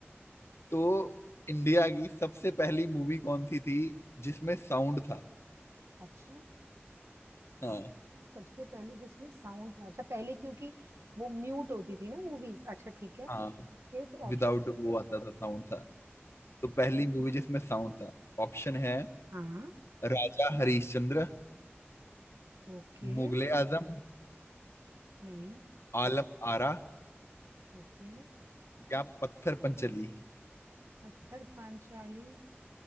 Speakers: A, on the left; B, on the right.
A: तो इंडिया की सबसे पहली मूवी कौन सी थी जिसमें साउंड था
B: अच्छा
A: हाँ
B: अच्छा सबसे पहली जिसमें साउंड था अच्छा पहले क्योंकि वो म्यूट होती थी ना मूवीज अच्छा ठीक है ओके
A: हाँ
B: तो ऑप्शन
A: विदाउट वो आता था साउंड था तो पहली मूवी जिसमें साउंड था ऑप्शन है
B: हाँ
A: राजा हरिश्चंद्र
B: ओके
A: मुगले आजम
B: नहीं
A: आलम आरा
B: ओके
A: या पत्थर पंचली
B: पत्थर पांचाली